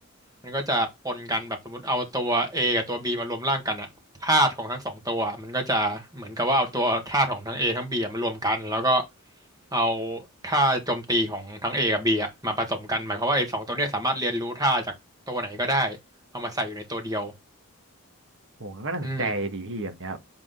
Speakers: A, on the right; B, on the right.
A: มันก็จะปนกันแบบสมมติเอาตัว A กับตัว B มารวมร่างกันอะธาตุของทั้งสองตัวมันก็จะเหมือนกับว่าเอาตัวธาตุของทั้ง A ทั้ง B อะมารวมกันแล้วก็เอาท่าโจมตีของทั้ง A กับ B อะมาผสมกันหมายความว่าไอ้สองตัวเนี้ยสามารถเรียนรู้ท่าจากตัวไหนก็ได้เอามาใส่อยู่ในตัวเดียว
B: โอ้โหมันก็น่าสนใจดีพี่แบบเนี้ย
A: อืม